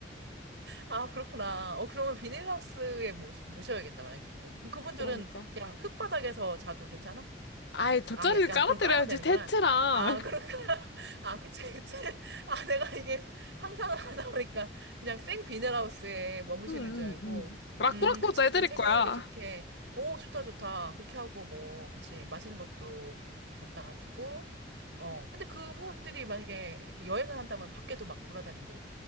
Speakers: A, on the right; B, on the left.
A: 아, 그렇구나. 어, 그러면 비닐하우스에 모, 모셔야겠다, 만약에 그렇게 되면. 그럼 그분들은
B: 그러니까.
A: 그냥 흙바닥에서 자도 괜찮아?
B: 아이, 돗자리는
A: 아, 약간
B: 깔아드려야지,
A: 그런 거 알면 되는구나.
B: 텐트랑.
A: 아, 그런가?
B: <laughs>
A: <laughs> 아, 그치, 그치. <laughs> 아, 내가 이게 사- 상상을 하다 보니까 그냥 생 비닐하우스에 머무시는
B: 응, 응,
A: 줄 알고.
B: 응. 라꾸라꾸도
A: 음, 그치.
B: 해드릴
A: 좀 생활하기
B: 거야.
A: 좋게. 오, 좋다, 좋다. 그렇게 하고 뭐, 그치. 맛있는 것도 갖다가 주고. 어, 근데 그 사람들이 만약에 이렇게 여행을 한다면 밖에도 막 돌아다니고